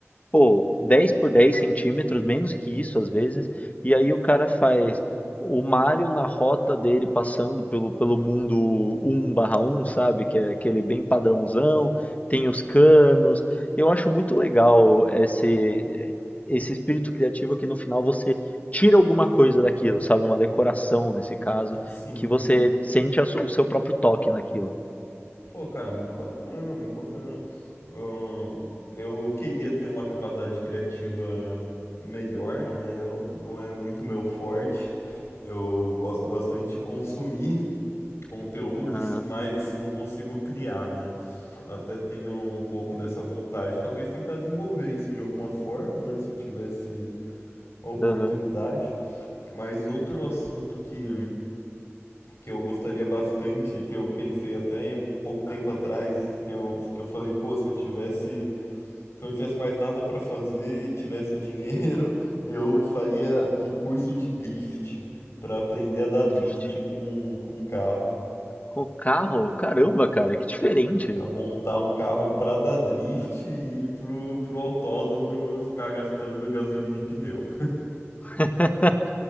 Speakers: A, on the left; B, on the left.
A: pô, 10 por 10 centímetros, menos que isso às vezes, e aí o cara faz o Mario na rota dele passando pelo, pelo mundo um/barra um, sabe? Que é aquele bem padrãozão, tem os canos. Eu acho muito legal esse, esse espírito criativo que no final você tira alguma coisa daquilo, sabe? Uma decoração nesse caso,
B: Sim.
A: que você sente a su- o seu próprio toque naquilo.
B: Pô, cara, muito bacana, muito bacana. Ahn, Eu queria ter uma capacidade criativa melhor, né? Eu não é muito meu forte. Eu gosto bastante de consumir conteúdos,
A: Ah,
B: mas não consigo criar, né? Até tenho um pouco dessa vontade. Talvez tentar desenvolver isso de alguma forma, né? Se eu tivesse a oportunidade.
A: aham,
B: Mas outro assunto que que eu gostaria bastante, que eu pensei até em pouco tempo atrás, que eu, que eu falei, pô, se eu tivesse, se eu não tivesse mais nada para fazer e tivesse dinheiro, <laughs> eu faria um curso de drift, para aprender a dar drift
A: triste.
B: com, com carro.
A: Com o carro, caramba, cara, que diferente.
B: A montar um carro para dar drift e ir pro, pro autódromo ficar gastando gasolina e pneu.
A: <laughs>